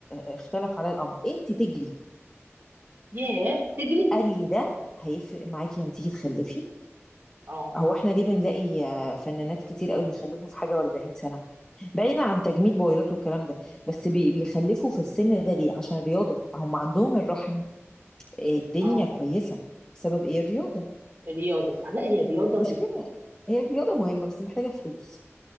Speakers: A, on the left (about 15°); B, on the right (about 50°).
A: آه، اختلف عليا الامر انت تجري
B: ياه تجري
A: قال لي ده هيفرق معاكي لما تيجي تخلفي
B: اه
A: هو احنا ليه بنلاقي آه، فنانات كتير قوي بيخلفوا في حاجه و40 سنه بعيدا عن تجميد بويضات والكلام ده بس بي- بيخلفوا في السن ده ليه عشان رياضه فهم عندهم الرحم آه، الدنيا
B: اه
A: كويسه بسبب ايه الرياضه
B: رياضه صح لا هي رياضه
A: مشكله
B: بت
A: هي الرياضه مهمه بس محتاجه فلوس